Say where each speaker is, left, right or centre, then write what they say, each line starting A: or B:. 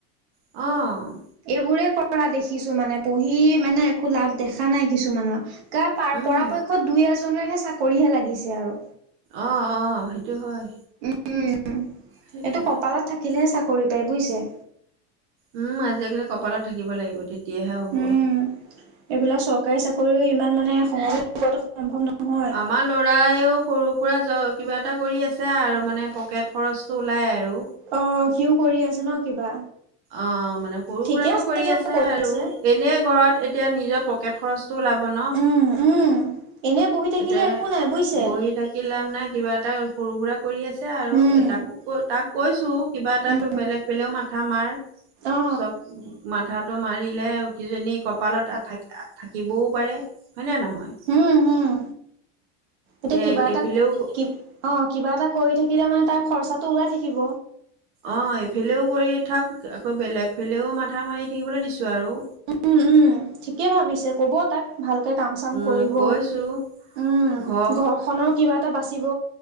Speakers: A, on the right; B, on the right.
A: অ'
B: এইবোৰে কৰা দেখিছো মানে, পঢ়ি মানে একো লাভ দেখা নাই কিছুমানৰ। কাৰ
A: উম
B: পৰাপক্ষত দুই এজনেহে চাকৰিহে লাগিছে আৰু।
A: অ', অ', সেইটো হয়।
B: উম
A: সেইটোৱে
B: এইটো কপালত থাকিলেহে চাকৰি পায় বুজিছে।
A: উম, আজিকালি কপালত থাকিব লাগিব তেতিয়াহে হ'ব।
B: উম এইবিলাক চৰকাৰী চাকৰিও ইমান মানে সহজতে পোৱাটো সম্ভৱ নহয়।
A: আমাৰ ল'ৰাইও সৰু সুৰা জ কিবা এটা কৰি আছে আৰু মানে পকেট খৰচটো ওলাই আৰু।
B: অ' সিও কৰি আছে ন কিবা।
A: অ' মানে সৰু
B: ঠিকে
A: সুৰাকৈ কৰি
B: দিয়ক
A: আছে আৰু
B: আছে
A: এনে ঘৰত এতিয়া নিজৰ পকেট খৰচ টো ওলাব ন।
B: উম, উম, এনে বহি থাকিলে
A: এতিয়া
B: একো নাই বুজিছে
A: বহি থাকি লাভ নাই কিবা এটা সৰু সুৰা কৰি আছে আৰু
B: উম
A: তাকো ক তাক কৈছোঁ কিবা এটাতো
B: উম
A: বেলেগ পেলেও মাথা মাৰ
B: অ
A: চব মাথাত টো মাৰিলে কিজানি কপালত থা থাকিবও পাৰে হয়নে নহয়।
B: উম, হুম, এতিয়া কিবা
A: এইফালেও
B: এটা
A: অঁ
B: কি অঁ কিবা এটা কৰি থাকিলে মানে তাৰ খৰচাটো ওলাই থাকিব।
A: অ' এইফালেও কৰি থাক আকৌ বেলেগ ফালেও মাথা মাৰি থাকিবলৈ দিছো আৰু
B: উম, উম, ঠিকেই ভাবিছে ক'ব তাক ভালকে কাম চাম
A: উম
B: কৰিব।
A: কৈছোঁ
B: উম'
A: ঘৰ
B: ঘৰখনৰ কিবা এটা বাচিব।